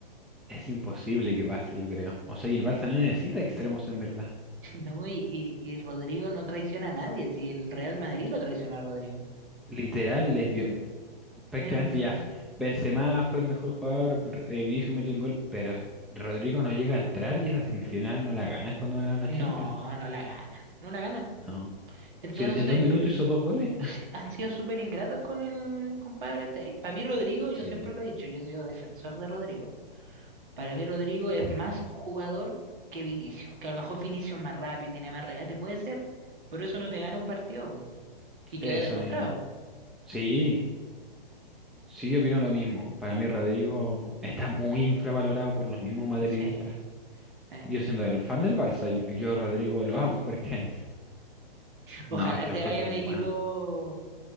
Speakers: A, in the centre; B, on the right.
A: Es imposible que pase, yo creo. O sea, y el Barça no necesita extremos en verdad.
B: <laughs> No, y, y, y Rodrigo no traiciona a nadie, si el Real Madrid lo traicionó a Rodrigo.
A: Literal, les dio, prácticamente
B: Em,
A: ya. Benzema fue el mejor jugador, eh, Vinicius metió el gol, pero Rodrigo no llega a entrar y esa semifinal no la ganan cuando ganaron la
B: No,
A: Champions.
B: no la ganan, no la ganan.
A: No,
B: Entonces,
A: Si en en dos minutos
B: yo-
A: hizo dos goles.
B: se- han sido súper ingratos con el compadre. Para mí, Rodrigo, yo
A: <laughs> sí.
B: siempre lo he dicho, yo he sido defensor de Rodrigo. Para mí Rodrigo es más jugador que Vinicio, que a lo mejor Vinicio es más rápido, tiene más regate, puede ser, pero eso no te gana un partido y quedó
A: Eso
B: demostrado.
A: mismo. Sí, sí, yo opino lo mismo. Para mí Rodrigo está muy infravalorado por los mismos madridistas.
B: Sí. eh.
A: Yo siendo el fan del Barça, yo, yo Rodrigo lo amo <laughs> prácticamente.
B: Ojalá
A: No, es que
B: se
A: lo encuentro
B: vaya a un
A: muy
B: equipo,
A: bueno.